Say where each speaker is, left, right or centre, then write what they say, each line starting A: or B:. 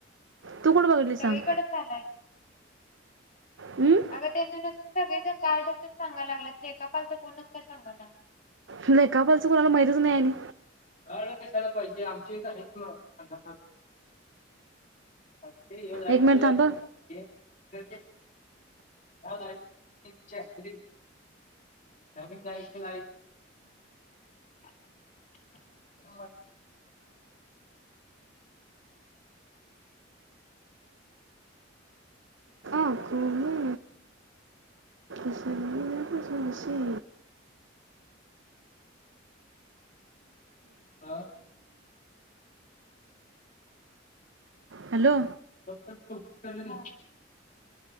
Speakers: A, on the right (about 75°); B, on the left (about 40°).
A: तू कुठं बघितलीस
B: सगळीकडं
A: सांग
B: चालू आहे.
A: हम्म
B: अग त्यांनी सगळेजण गार्डच सांगाय लागलात, लेखापालच कोणच काय सांगना.
A: लेकापालचं कोणाला माहितच नाही आणि.
B: गार्ड कशाला पाहिजे आमच्या हिथं हाय तो,, कंडक्टर. अ <unintelligible>
A: एक मिनिट थांब
B: हा. <unintelligible> कमी हा. <unintelligible>
A: आखो मे इस दिलमे मुशी.
B: हां.
A: हॅलो.
B: डॉक्टर कुलकर्णी. हां.